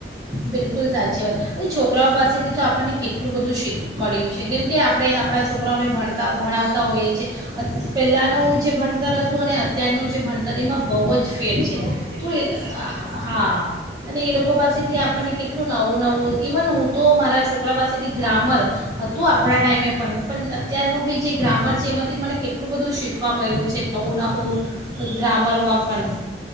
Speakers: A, on the right; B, on the right.
A: બિલકુલ સાચી હોય છોકરાઓ પાસેથી તો આપણને કેટલું બધું શીખવા મળ્યું છે કેમ કે આપણે આપણા છોકરાઓને ભણતા ભણાવતા હોઈએ છીએ પહેલાંનું જે ભણતર હતું અને અત્યારનું જે ભણતર એમાં બહુ જ ફેર છે
B: બહુ જ ડિફરન્સ
A: તો એ હા
B: છે
A: અને એ લોક લોકો પાસેથી આપણને કેટલું નવું નવું ઈવન હું તો મારા છોકરા પાસેથી ગ્રામર હતું આપણા ટાઈમે પણ પણ અત્યારનું બી જે ગ્રામર છે એમાંથી મને કેટલું બધું શીખવા મળ્યું છે નવું નવુહ
B: હમ
A: હ ગ્રામર માં પણ